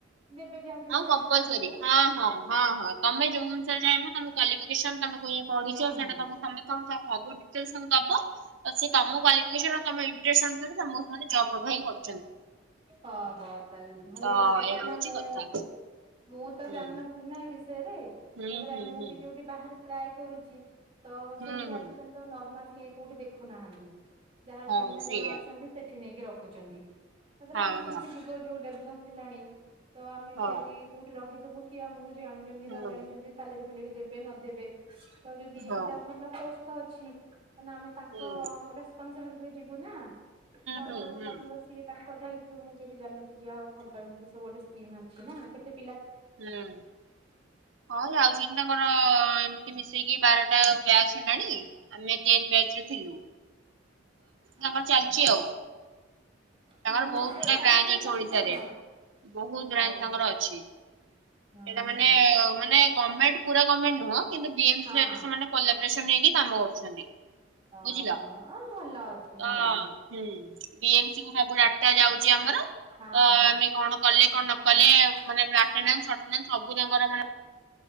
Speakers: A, on the right (about 30°); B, on the right (about 70°).
A: ଦେବେ ଯାହା ଯେମିତି
B: ହଁଲ ହଁ
A: ଆମେ ଚାହିଁବୁ
B: ହଁ ହଁ ହଁ ତମେ ଯୋଉ ଅନୁସାରେ ଚାହିବ ତମ କ୍ୱାଲିଫିକେସନ ତମକୁ ତୁମେ ପଢୁଛ
A: ହୁଁ ହୁଁ।
B: ସେଟା ତ ସମେତ ସବୁ ସମେସନ ଦବ ତମ କ୍ୱାଲିଫିକେସନ ଆ ତମ ଇଣ୍ଟରେଷ୍ଟ ଅନୁସାରେ ତମକୁ ସେମାନେ ଜବ୍ ପ୍ରୋଭାଇଡ କରିବେ
A: ଓହୋ ତାହଲେ ଭଲ
B: ତ
A: କଥା କ
B: ଏ ହଉଛି
A: ନା ମୁଁ
B: କଥା
A: ମୁଁ ତ
B: ହୁଁ
A: ଜାଣିନଥିଲି ନା ଏ ବିଷୟରେ
B: ହୁଁ
A: ତାପରେ
B: ହୁଁ
A: ଆ ମୁଁ
B: ହୁଁ।
A: ବି ଯୋଉଠି ବାହାରେ ଟ୍ରାଏ କରୁଛି ତ
B: ହୁଁ
A: ସେମିତି
B: ହୁଁ
A: ଆଜିିକାଲି ତ ନର୍ମାଲ କେହି କୋଉଠି ଦେଖୁନାହାନ୍ତି ଯାହାର
B: ହଁ
A: ଚିହ୍ନା
B: ସେଇଆ
A: ଜଣା ଅଛନ୍ତି ସେଠି ନେଇକି ରଖୁଛନ୍ତି ତାପରେ
B: ହଁ
A: ଆଜିକାଲି ବି ଯୁଗ ଯୋଉ ଡେଭଲପ ହେଲାଣି ତ ଆମେ
B: ହଁ
A: ବି ଆଜି କୋଉଠି ରହିଥିବୁ କି ଆମକୁ ଜାଣିଛନ୍ତି
B: ହଁ
A: ନ ଜାଣିଛନ୍ତି ସାଲେରୀ ଦେବେ ନଦବେ ତ ଯଦି
B: ହୁଁ ହଁ।
A: ଏଇଟା ଭଲ ର୍କୋସ ତ ଅଛି। ମ ଆମେ ତାଙ୍କ
B: ହୁଁ
A: ରେସପନସିବିଲିଟିରେ ଯିବୁ ନା ତ ଆମର
B: ହୁଁ
A: ଭଲ
B: ହୁଁ
A: ମନ୍ଦ ସିଏ କୁ ମୁଁ କେବେ ଜାଣିନଥିଲି ଯାହା ହଉ ଭଲ ଏମିତି ସବୁ ଗୋଟିଏ ସ୍କିମ୍ ଅଛି ନା କେତ
B: ହୁଁ ହଉ ଯାଉ ତାଙ୍କର ଏମତି ମିଶେଇକି ବାରଟା ବ୍ୟାଚ ହେଲାଣି ଆମେ ବ୍ୟାଚ ରେ ଥିଲୁ
A: ଓହୋ
B: ମ ନ ଚାଲିଚ ଆଉ ତାଙ୍କର
A: ହଁ
B: ବହୁତ
A: ଯେ
B: ଗୁଡଆ
A: ଆଜିକାଲି
B: ବ୍ରାଞ୍ଚ ଅଛି
A: ତ
B: ଓଡିଶ
A: ପିଲା
B: ାରେ
A: ହଁ
B: ବହୁତ ବ୍ରାଞ୍ଚ
A: ଓହୋ
B: ତାଙ୍କର ଅଛି। ସେଟା
A: ହୁଁ ହୁଁ
B: ମାନେ ମାନେ ଗଭର୍ଣ୍ଣମେଣ୍ଟ ପୁରା ଗଣମେଣ୍ଟ ନୁହଁ କିନ୍ତୁ ବି ଏମସି
A: ହଁ
B: ସତ ସେମାନେ କଲାବରେସନ ହେଇକି କାମ କରୁଛନ୍ତି।
A: ଓହୋ
B: ବୁଝିଲ
A: ଆଉ ଭଲ ଅଛି
B: ତ
A: ହଁ ମୁଁ
B: ହୁଁ ବି ଏମ ସବୁ ଆଠଟା ଯାଉଛି ଆମର
A: ହଁ
B: ତ ଆମେ କଣ କଲେ କଣ ନକଲେ
A: ହୁଁ
B: ମାନେ ଲଟନାଟନା ସବୁ ତାଙ୍କର ମାନେ